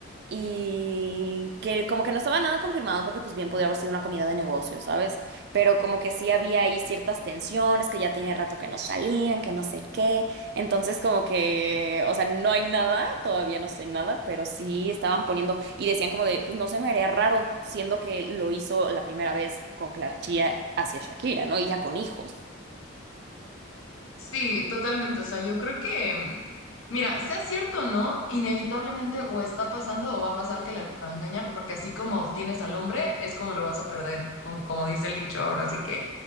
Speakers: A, on the right (about 50°); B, on the left (about 75°).
A: y que como que no estaba nada confirmado porque pues bien podía haber sido una comida de negocio, ¿sabes? Pero como que sí había ahí ciertas tensiones, que ya tiene rato que no salían, que no sé qué. Entonces como que, o sea, no hay nada, todavía no sé nada, pero sí estaban poniendo y decían como de, pues no se me haría raro, siendo que lo hizo la primera vez con Clara Chía hacia Shakira, ¿no? Y ya con hijos. <laughs>
B: Sí, totalmente. O sea, yo creo que, mm, mira, sea cierto o no, inevitablemente o está pasando o va a pasar que la va a engañar, porque así como obtienes al hombre, es como lo vas a perder, como, como dice el dicho ahora. Así que